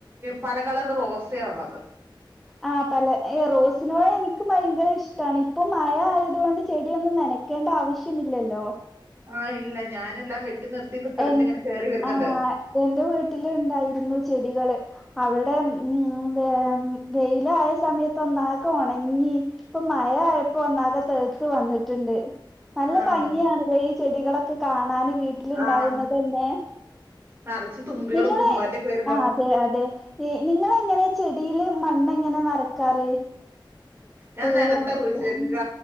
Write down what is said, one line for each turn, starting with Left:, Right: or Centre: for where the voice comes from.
Right: പല കളർ റോസേഉള്ളത്
Centre: ആഹ് പല റോസിനോട് എനിക്കും ഭയങ്കര ഇഷ്ടാണ് ഇപ്പൊ മഴ ആയതോണ്ട് ചെടിയൊന്നും നന ക്കേണ്ട ആവശ്യമില്ലല്ലോ
Right: ആഹ് ഇല്ല ഞാനെല്ലാം വെട്ടി നിർത്തി ഇപ്പകിളിത്ത്ങ്ങനെ
Centre: എ
Right: കേറിവര്ന്ന്ണ്ട്
Centre: ആഹ് എന്റെ വീട്ടിലുണ്ടായിരുന്നു ചെടികള് അവിടെ ഉം വെയിലായ സമയത്ത് ഒന്നാകെ ഒണങ്ങി ഇപ്പൊ മഴായപ്പൊ ഒന്നാകെ തെയ്ത്ത് വന്നിട്ട്ണ്ട് നല്ല
Right: ആഹ്
Centre: ഭംഗിയാണ്ലെ ഈ ചെടികളൊക്കെ കാണാന് വീ ട്ട്ല്ണ്ടാവുന്നതന്നെ
Right: ആഹ് നറച്ച് തുമ്പികളും
Centre: നിങ്ങളെ
Right: പൂമ്പാറ്റൊക്കെ വരുമ്പോ
Centre: ആ അതെ നിങ്ങെളെങ്ങനെ ചെടീല് മണ്ണെങ്ങനെ നിറക്കാറ്
Right: ഞാൻ
Centre: ഏഹ്
Right: നിലത്താ കുഴിച്ച് വെക്കുക